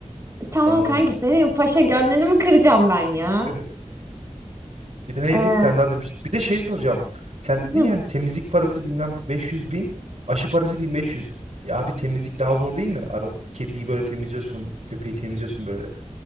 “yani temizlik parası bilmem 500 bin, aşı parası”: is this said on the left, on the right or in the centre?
Right